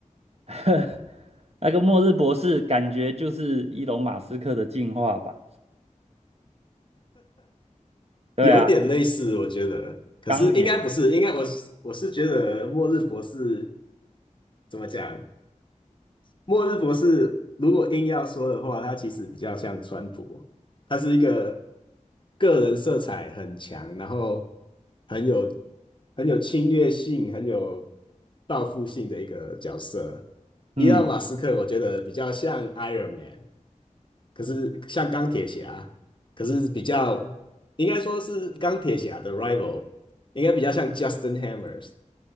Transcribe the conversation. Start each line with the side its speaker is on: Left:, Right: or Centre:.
Right: <laughs> 那个末日博士感觉就是伊隆马斯克的进化版。对啊，
Left: 有点类似，我觉得，可是应该不是，
Right: 钢铁，
Left: 应该我是我是觉得《末日博士》怎么讲？末日博士如果硬要说的话，他其实比较像川普，他是一个个人色彩很强，然后很有很有侵略性、很有报复性的一个角色。
Right: 嗯
Left: 伊隆马斯克我觉得比较像 Iron Man，可是像钢铁侠，可是比较应该说是钢铁侠的 rival，应该比较像 Justin Hammers。